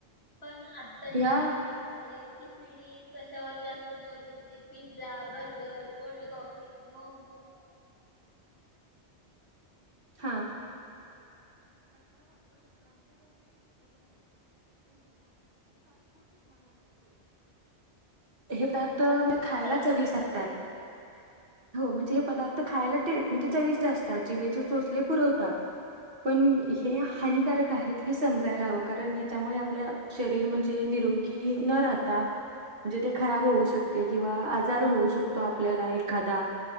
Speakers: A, on the left; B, on the right.
A: पण आताची
B: या
A: जी पिढी आहे, ती पिढी कशावर जास्त जोर देते pizza, burger, cold coffees, momo
B: <unintelligible> हे
A: हो
B: पदार्थ म्हणजे
A: फास्ट फूडचे
B: खायला
A: प्रमाण
B: चविस्ट
A: खूपच
B: असतात,
A: वाढतय
B: हो म्हणजे हे पदार्थ खायला टे म्हणजे चविस्ट अस टाची बेचू चोचले पुरवतात पण हे हानिकारक
A: हो
B: आहेत हे स समजायला हवं कारण याच्यामुळे आपल्या शरीर म्हणजे निरोगी न राहता म्हणजे ते खराब होऊ शकते किंवा आजार होऊ शकतो आपल्याला एखादा